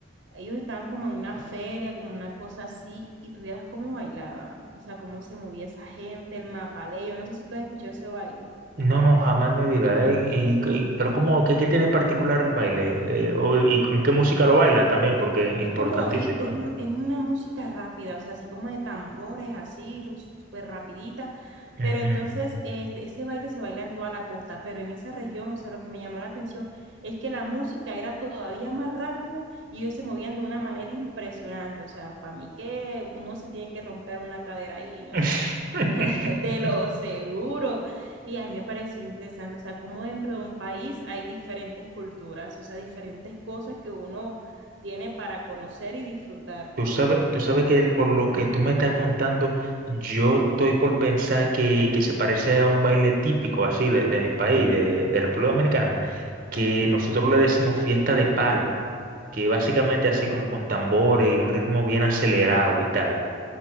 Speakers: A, on the right (about 85°); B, on the right (about 45°).
A: ellos estaban como en una feria, como una cosa así, y tuvieras cómo bailaban, o sea, cómo se movía esa gente, el mapalé, yo no sé si tú has escuchado ese baile.
B: No, no, jamás en mi vida. ¿eh? Y, que- pero ¿cómo, qué, qué tiene particular el baile? Eh, o- ¿y con qué música lo bailan también? Porque es
A: Es
B: importantísimo,
A: como, es, es
B: ¿eh?
A: un- es una música rápida, o sea, así como de tambores, así, ru- súper rapidita,
B: Ujú.
A: pero entonces este, ese baile se baila en toda la costa, pero en esa región, o sea, lo que me llamó la atención es que la música era todavía más rápida y ellos se movían de una manera impresionante, o sea, para mí que uno se tiene que romper una cadera ahí, o
B: <laughs>
A: sea, <laughs> te lo seguro. Y a mí me pareció interesante, o sea, cómo dentro de un país hay diferentes culturas, o sea, diferentes cosas que uno tiene para conocer y disfrutar.
B: Tú sabes, tú sabes que el- por lo que tú me estás contando, yo estoy por pensar que, que se parece a un baile típico así de, de mi país, de, de República Dominicana, que nosotros le decimos fiesta de palo, que básicamente así como con tambores y un ritmo bien acelerado y tal.